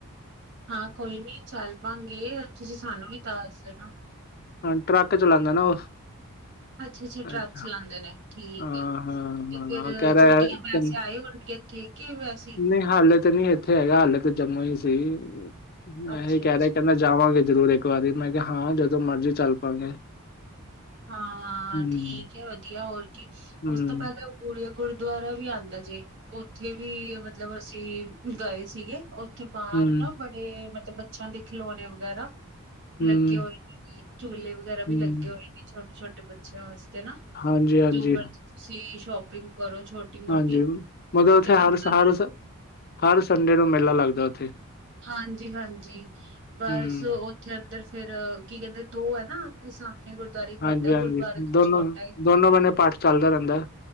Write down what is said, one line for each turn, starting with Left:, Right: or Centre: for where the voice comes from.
Right: ਹਾਂ। ਕੋਈ ਨੀ, ਚੱਲ ਪਾਂਗੇ। ਤੁਸੀਂ ਸਾਨੂੰ ਵੀ ਦੱਸ ਦੇਣਾ।
Left: ਹੁਨ ਟਰੱਕ ਚਲਾਉਂਦਾ ਨਾ ਉਹ
Right: ਅੱਛਾ-ਅੱਛਾ ਟਰੱਕ
Left: ਅੱਛਾ
Right: ਚਲਾਉਂਦੇ ਨੇ। ਠੀਕ
Left: ਹਾਂ
Right: ਹੈ।
Left: ਹਾਂ
Right: ਤੇ ਫੇਰ
Left: ਹਾਂ ਕਹਿ ਰਿਹਾ
Right: ਛੁੱਟੀਆਂ
Left: ਯਾਰ
Right: ਵੈਸੇ
Left: ਤੈਨੂੰ
Right: ਆਏ ਹੋਣਗੇ ਇਥੇ ਕੇ ਵੈਸੇ
Left: ਨਹੀਂ ਹਾਲੇ ਤੇ ਨੀ ਇੱਥੇ ਹੈਗਾ ਹਾਲੇ ਤ ਜੰਮੂ ਹੀ ਸੀ। ਮੈਂ
Right: ਅੱਛਾ-ਅੱਛਾ
Left: ਇਹ ਕਹਿ ਰਿਹਾ ਕਹਿੰਦਾ ਜਾਵਾਂਗੇ। ਜ਼ਰੂਰ ਇੱਕ ਵਾਰੀ ਮੈਂ ਕਿਹਾ ਹਾਂ ਜਦੋਂ ਮਰਜੀ ਚੱਲ ਪਾਂਗੇ।
Right: ਹਾਂ।
Left: ਹੂੰ,
Right: ਠੀਕ ਹੈ, ਵਧੀਆ, ਹੋਰ ਕੀ
Left: ਹੂੰ,
Right: ਉਸ ਤੋਂ ਪਹਿਲਾਂ ਗੁਰਦੁਆਰਾ ਵੀ ਆਉਂਦਾ ਜੇ। ਉੱਥੇ ਵੀ ਮਤਲਬ ਅਸੀਂ ਗਏ ਸੀਗੇ। ਬਾਹਰ
Left: ਹੂੰ,
Right: ਨਾ ਬੜੇ ਮਤਲਬ ਬੱਚਿਆਂ ਦੇ ਖਿਲੌਣੇ ਵਗੈਰਾ ਲੱਗੇ
Left: ਹੂੰ,
Right: ਹੋਏ ਨੇ ਜੀ, ਝੂਲੇ ਵਗੈਰਾ ਵੀ
Left: ਹੂੰ,
Right: ਲੱਗੇ ਹੋਏ ਨੇ ਛੋਟੇ-ਛੋਟੇ ਬੱਚਿਆਂ ਵਾਸਤੇ ਤੇ ਨਾ
Left: ਹਾਂਜੀ-ਹਾਂਜੀ,
Right: ਜੋ ਮਰਜੀ਼ ਤੁਸੀਂ ਸ਼ੋਪਿੰਗ ਕਰੋ ਛੋਟੀ ਮੋਟੀ
Left: ਹਾਂਜੀ। ਮਗਰ ਉੱਥੇ
Right: ਤੇ
Left: ਹਰ-ਹਰ-ਹਰ
Right: ਅੰਦਰ ਹੀ
Left: ਸੰਡੇ ਨੂੰ ਮੇਲਾ ਲੱਗਦਾ। ਉੱਥੇ
Right: ਹਾਂਜੀ-ਹਾਂਜੀ ਬਸ
Left: ਹੂੰ,
Right: ਉੱਥੇ ਅੰਦਰ ਫਿਰ ਕੀ ਕਹਿੰਦੇ ਦੋ ਹੈ ਨਾ ਸਾਹਮਣੇ ਗੁਰਦੁਆਰੇ ਇੱਕ ਵੱਡਾ
Left: ਹਾਂਜੀ-ਹਾਂਜੀ
Right: ਗੁਰਦੁਆਰਾ ਤੇ
Left: ਦੋਨੋ-
Right: ਛੋਟਾ
Left: ਦੋਨੋ ਬਣੇ ਪਾਠ ਚੱਲਦਾ ਰਹਿੰਦਾ।